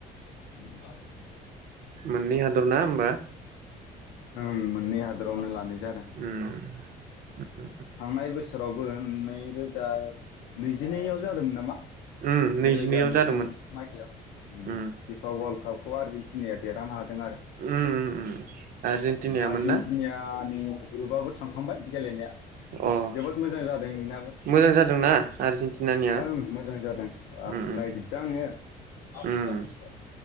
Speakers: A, on the left; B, on the right.
A: <unintelligible>
B: मोननै हादर ना होमबा?
A: ओं मोननै हादरावनो लानाय
B: उम
A: जादों
B: औ
A: थांनाय बोसोरावबो नैरोजा नैजिनैआव जादोंमोन नामा?
B: उम
A: नैरोजा
B: नैजिनैआव
A: नैजिनै
B: जादोंमोन
A: मायथाइयाव
B: उम
A: फिपा वर्ल्ड कापखौ आरजिन तिनाया देरहानो हाद दों आरो
B: उम उम उम आर्जेेनटिनायामोन
A: आर्जेन्टिनियानि
B: ना
A: ग्रुबाबो थांखांबाय गेलेनाया
B: अ
A: जोबोद मोजां जादों इनाबो
B: मोजां जादोंना आर्जेेनटिनानिया
A: ओं मोजां जादों बाब
B: उम उम
A: नायजोबदों आङो
B: उम